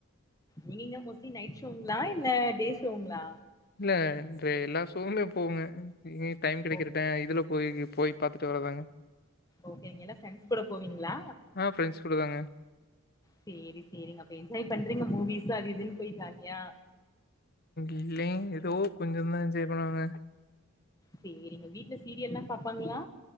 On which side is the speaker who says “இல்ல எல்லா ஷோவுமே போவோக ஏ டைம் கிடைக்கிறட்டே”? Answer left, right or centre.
Left